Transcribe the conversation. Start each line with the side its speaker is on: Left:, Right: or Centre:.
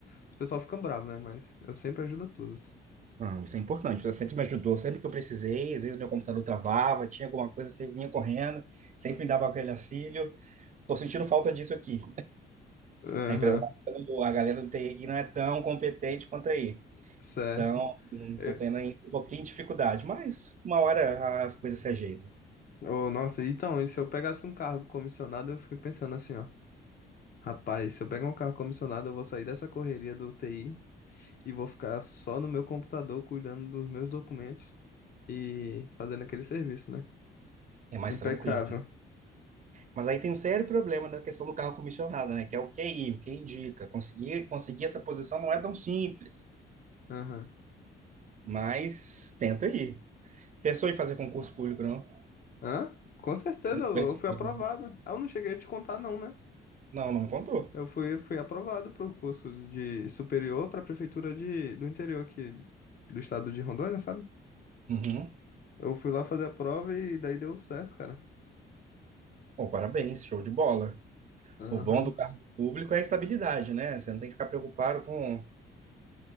Left: os pessoal ficam bravos, né? Mas eu sempre ajudo todos.
Right: Não, isso é importante. Você sempre me ajudou, sempre que eu precisei. Às vezes meu computador travava, tinha alguma coisa, você vinha correndo, sempre me dava aquele auxílio. Tô sentindo falta disso aqui.
Left: Aham,
Right: A empresa, a galera do TI aqui não é tão competente quanto aí.
Left: certo.
Right: Então,
Left: Eu-
Right: estou tendo aí um pouquinho de dificuldade, mas uma hora as coisas se ajeitam.
Left: Ô, nossa, então, e se eu pegasse um cargo comissionado, eu fico pensando assim, ó. Rapaz, se eu pegar um cargo comissionado, eu vou sair dessa correria do TI e vou ficar só no meu computador cuidando dos meus documentos e fazendo aquele serviço, né?
Right: É mais
Left: Impecável.
Right: tranquilo. Mas aí tem um sério problema na questão do carro comissionado, né? Que é o QI, o que indica. Conseguir, conseguir essa posição não é tão simples,
Left: Aham.
Right: mas tenta aí. Pensou em fazer concurso público, não?
Left: Hã? Com certeza,
Right: Você não
Left: eu
Right: pensa-
Left: eu fui
Right: em fazer
Left: aprovado.
Right: concurso?
Left: Ah, eu não cheguei a te contar, não, né?
Right: Não, não me contou.
Left: Eu fui, fui aprovado para o curso de superior para a prefeitura de, do interior aqui do estado de Rondônia, sabe?
Right: Uhum.
Left: Eu fui lá fazer a prova e daí deu certo, cara.
Right: Bom, parabéns, show de bola.
Left: Aham.
Right: O bom do cargo público é a estabilidade, né? Você não tem que ficar preocupado com,